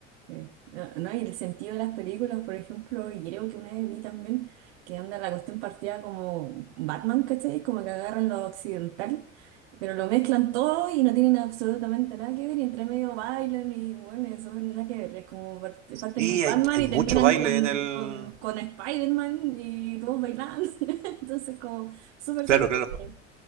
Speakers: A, on the right (about 60°); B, on the right (about 75°).
A: eh, no, no, y el sentido de las películas, por ejemplo, y creo que una vez vi también que anda la cuestión partida como Batman, ¿cachai? Como que agarran lo occidental, pero lo mezclan todo y no tienen absolutamente nada que ver, y entre medio bailan y bueno, eso no nada que ver, es como parte- parten
B: Y
A: con
B: hay,
A: Batman
B: hay
A: y
B: mucho
A: terminan
B: baile
A: con,
B: en el...
A: con, con Spider-Man y todos bailando, <laughs> entonces como súper,
B: Claro,
A: súper, extraño,
B: claro.